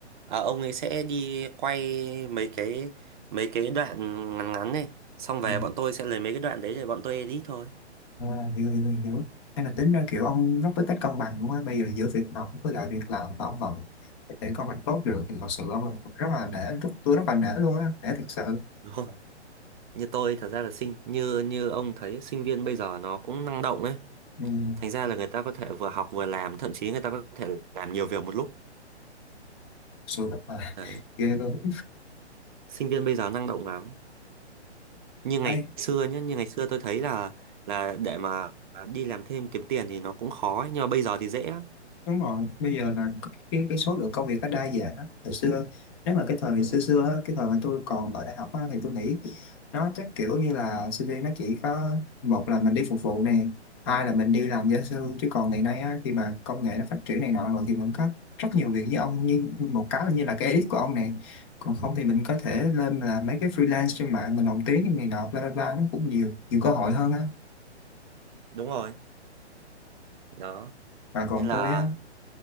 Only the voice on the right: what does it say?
à, ông ấy sẽ đi quay mấy cái mấy cái đoạn ngắn ngắn này xong về
bọn tôi sẽ lấy mấy cái đoạn đấy để bọn tôi edit thôi
Đúng rồi. Như tôi thật ra là sinh như như ông thấy sinh viên bây giờ nó cũng năng động ấy.
Thành ra là người ta có thể vừa học vừa làm, thậm chí người ta có thể làm nhiều việc một lúc.
Đấy.
Sinh viên bây giờ năng động lắm. như ngày
xưa nhá như ngày xưa tôi thấy là là để mà đi làm thêm kiếm tiền thì nó cũng khó ấy. nhưng mà bây giờ thì dễ lắm
đúng
rồi.
đúng rồi đó
nên là